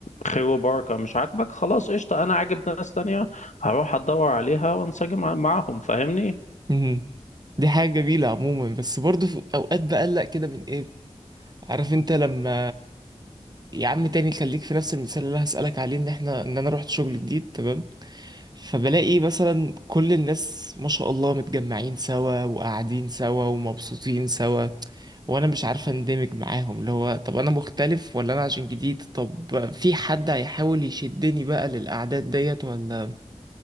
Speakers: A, on the left (about 75°); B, on the right (about 35°).
A: خير وبركه مش عاجبك خلاص قشطه انا عاجب ناس تانية هروح ادور عليها وانسجم مع- معاهم فاهمني
B: مهم. دي حاجة جميلة عموما بس برضه في اوقات بقلق كده من ايه عارف انت لما يا عم تاني خليك في نفس المثال اللي انا هسألك عليه ان احنا ان انا رحت شغل جديد تمام فبلاقي مثلا كل الناس ما شاء الله متجمعين سوا وقاعدين سوا ومبسوطين سوا وانا مش عارفة اندمج معاهم اللي هو طب انا مختلف ولا انا عشان جديد طب في حد هيحاول يشدني بقى للأعداد ديت ولا